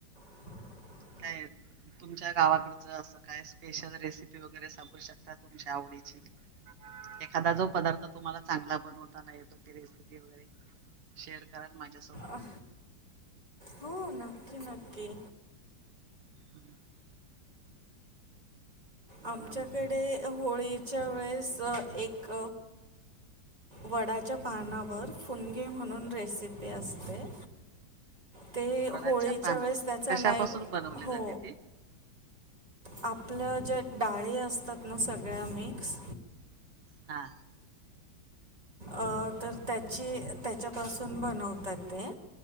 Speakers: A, on the right; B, on the right.
A: <inaudible>
B: <unintelligible> तुमच्या गावाकडचं असं काय स्पेशल रेसिपी वगैरे सांगु शकता तुमच्या आवडीची? एखादा जो पदार्थ तुम्हाला चांगला बनवताना येतो. रेसिपी वगैरे शेअर कराल माझ्यासोबत?
A: अ हो नक्की नक्की
B: हम्म. बोला
A: आमच्याकडे
B: मग
A: होळीच्या वेळेस अ एक वडाच्या पानावर फुनगे म्हणून रेसिपी असते. ते
B: वडाच्या
A: होळीच्या
B: पानावर,
A: वेळेस त्याचा
B: कशापासून
A: नाही
B: बनवले
A: हो
B: जाते ते?
A: आपल्या ज्या डाळी असतात ना सगळ्या मिक्स
B: हा.
A: अ तर त्याची, त्यांच्यापासून बनवतात ते.